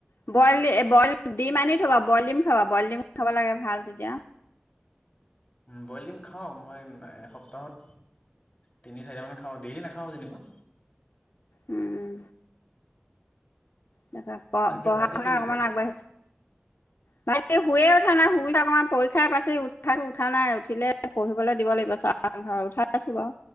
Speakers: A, on the left; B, on the left.
A: উ বইল বইল দি মানি খাবা বইলিম খাবা বইলিম খাব লাগে ভাল তেতিয়া
B: বইল দিম খাওঁ মই এ সপ্তাহত তিনি চাৰিটামান খাওঁ ডেইলি নেখাওঁ যেনিবা
A: উম তাপাঁ প
B: তাকে
A: পঢ়া
B: ভাইটি
A: শুনা
B: কি কৰিছে?
A: অকমান আগবাঢ়িছে ভাইটি হুয়ে উঠা নাই সুবিধা পে পৰীক্ষাৰ পাছ উঠাইছো উঠা নাই উঠিলে পঢ়িবলৈ দিব লাগিব চা ঘৰত উঠা ছো বাও